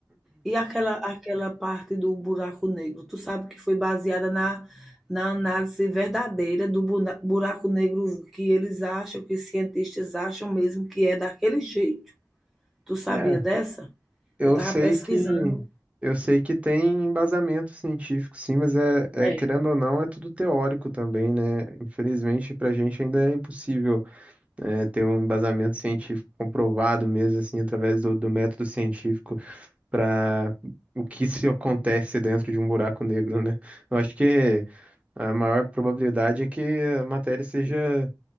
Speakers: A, in the centre; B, on the right (about 15°).
A: E aquela aquela parte do buraco negro, tu sabe que foi baseada na na análise verdadeira do buna buraco negro que eles acham, que os cientistas acham mesmo que é daquele jeito. Tu sabia
B: é
A: dessa?
B: Eu
A: Eu estava
B: sei
A: pesquisando
B: que eu sei que tem embasamento científico, sim, mas é, é,
A: é,
B: querendo ou não, é tudo teórico também, né? Infelizmente, para a gente ainda é impossível é, ter um embasamento científico comprovado mesmo, assim, através do, do método científico para o que se acontece dentro de um buraco negro, né? Eu acho que a maior probabilidade é que a matéria seja